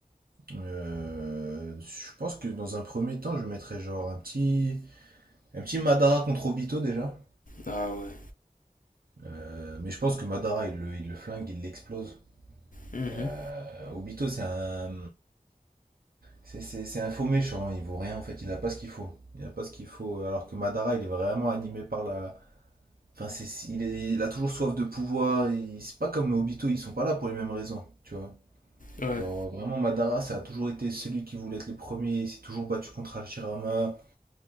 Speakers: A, on the right; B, on the left.
A: Euh, je pense que dans un premier temps, je mettrais genre un petit, un petit Madara contre Obito déjà.
B: Ah ouais.
A: Euh, mais je pense que Madara, il le, il le flingue, il l'explose.
B: Mhm.
A: Euh, Obito, c'est un, c'est, c'est- c'est un faux méchant, hein, il vaut rien en fait, il a pas ce qu'il faut. Il a pas ce qu'il faut. Alors que Madara, il est vraiment animé par la. Enfin, c'est, il est, il a toujours soif de pouvoir. il- C'est pas comme Obito, ils sont pas là pour les mêmes raisons, tu vois.
B: Ouais.
A: Genre, vraiment, Madara, ça a toujours été celui qui voulait être le premier. Il s'est toujours battu contre Hashirama.